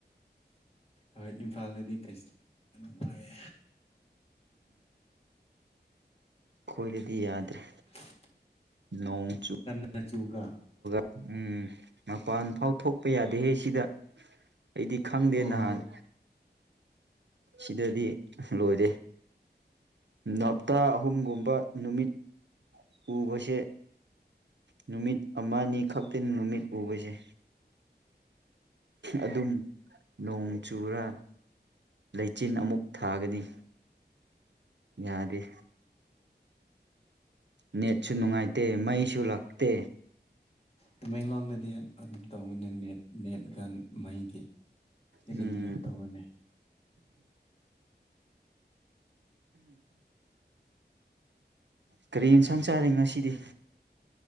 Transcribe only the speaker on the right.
ꯈꯣꯏꯗꯗꯤ ꯌꯥꯗ꯭ꯔꯦ
ꯅꯣꯡ ꯆꯨ
ꯎꯝ ꯃꯄꯥꯟ ꯐꯥꯎ ꯊꯣꯛꯄ ꯌꯥꯗꯦꯍꯦ ꯁꯤꯗ ꯑꯩꯗꯤ ꯈꯪꯗꯦ
ꯅꯍꯥꯟ ꯁꯤꯗꯗꯤ ꯂꯣꯏꯔꯦ ꯍꯞꯇꯥ ꯑꯍꯨꯝꯒꯨꯝꯕ ꯅꯨꯃꯤꯠ ꯎꯕꯁꯦ ꯅꯨꯃꯤꯠ ꯑꯃꯅꯤꯅꯤ ꯈꯛꯇꯅꯤ ꯅꯨꯃꯤꯠ ꯎꯕꯁꯦ ꯑꯗꯨꯝ ꯅꯣꯡ ꯆꯨꯔ ꯂꯩꯆꯤꯟ ꯑꯃꯨꯛ ꯊꯥꯒꯅꯤ ꯌꯥꯗꯤꯦ ꯅꯦꯠꯁꯨ ꯅꯨꯡꯉꯥꯏꯇꯦ ꯃꯩꯁꯨ ꯂꯥꯛꯇꯦ
ꯎꯝ
ꯀꯔꯤ ꯌꯦꯟꯁꯥꯡ ꯆꯥꯔꯤ ꯉꯁꯤꯗꯤ